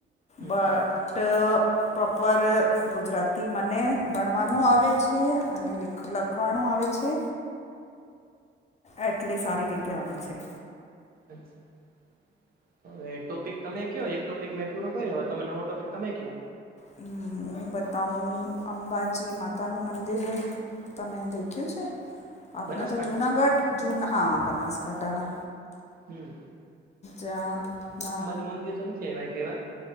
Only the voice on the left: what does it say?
બત. ટ પ્રોપર. ગુજરાતી મને ભણવાનું આવે છે અને લ લખવાનું આવે છે. એટલી સારી રીતે આવે છે
હમ, હું બતાવું અંબાજી માતાનું મંદિર તમે દેખ્યું છે? આપણે
તો જુનાગઢ જુન હા બનાસકાંઠાના
જાત ના